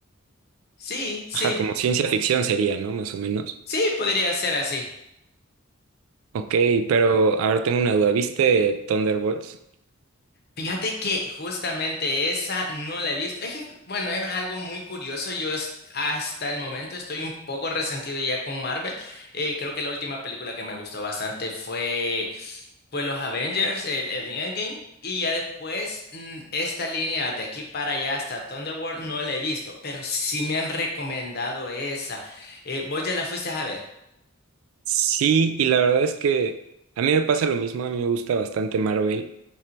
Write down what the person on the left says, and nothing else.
Sí, sí,
sí, podría ser así.
Fíjate que justamente esa no la he visto. Es que, bueno, es algo muy curioso. Yo es- hasta el momento estoy un poco resentido ya con Marvel. Eh, creo que la última película que me gustó bastante fue, fue los Avengers, el, el Endgame. Y ya después, mm, esta línea de aquí para allá hasta Thunderworld no la he visto, pero sí me han recomendado esa. Eh, ¿vos ya la fuiste a ver?